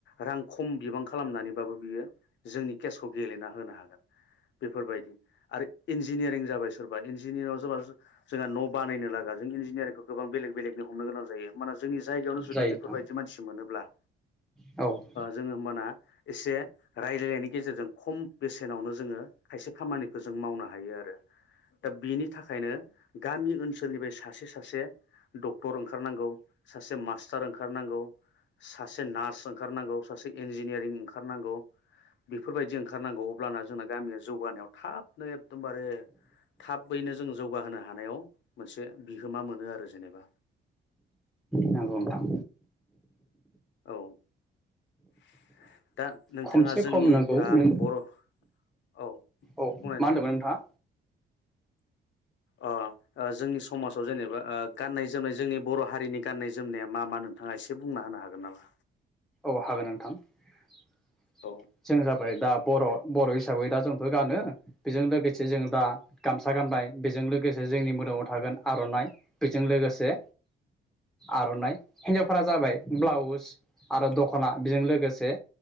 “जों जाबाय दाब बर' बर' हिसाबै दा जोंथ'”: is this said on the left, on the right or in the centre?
Centre